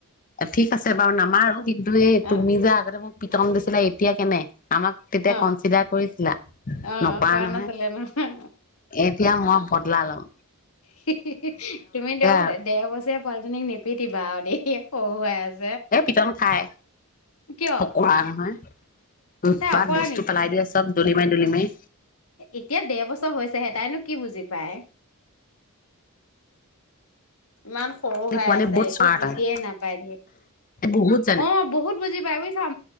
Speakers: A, on the left (about 40°); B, on the left (about 70°).
A: ঠিক আছে, বাৰু নামাৰো। কিন্তু এই
B: অ',
A: তুমি যে আগতে মোক পিতন দিছিলে এতিয়া কেনে। আমাক তেতিয়া
B: অ',
A: কনচিডাৰ কৰিছিলা।
B: অ',
A: নকৰা
B: কৰা
A: নহয়
B: নাছিলে নহয়
A: এতিয়া মই আলম
B: হি হি হি তুমি দে
A: আৰু
B: দেয়া ব যে পোৱালীজনীক নিপিটিবা আৰু দেই সৰু হৈ আছে।
A: এ পিটন খাই
B: কিয়
A: অকৰা নহয় উতপাত
B: তাই অকৰা
A: বস্তু
B: নেকি?
A: পেলাই দিয়া চব ডলিমাই, ডলিমাই
B: এতিয়া দেৰ বছৰ হৈছে হে তাইনো কি বুজি পায় <inaudible> ইমান সৰু
A: এই
B: হৈ
A: পোৱালি
B: আছে
A: বহুত
B: একো
A: স্মাৰ্ট
B: বুজিয়ে
A: হয়
B: নাপায় দেই
A: বহুত জানে
B: অ বহুত বুজি ভাবিছোঁ